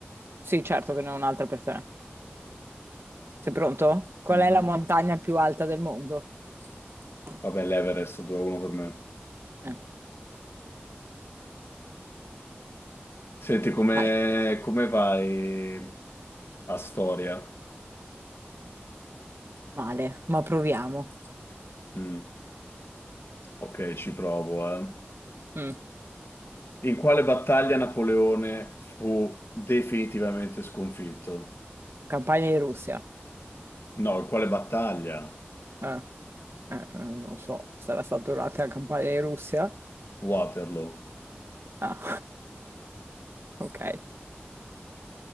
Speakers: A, on the right (about 75°); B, on the left (about 75°).
A: Sì, certo che ne ho un'altra per te. Sei pronto? Qual
B: Mhm.
A: è la montagna più alta del mondo? Eh,
B: Vabbè, l'Everest 2-1 per me.
A: ok.
B: Senti, come,
A: Vai,
B: come vai a storia?
A: male, ma proviamo.
B: Mm. Ok, ci provo, eh.
A: mm,
B: In quale battaglia Napoleone fu definitivamente sconfitto?
A: Campagna di Russia.
B: No, in quale battaglia?
A: Eh, eh, eh, non lo so, sarà stata durante la campagna di Russia?
B: Waterloo.
A: Ah, <laughs> ok.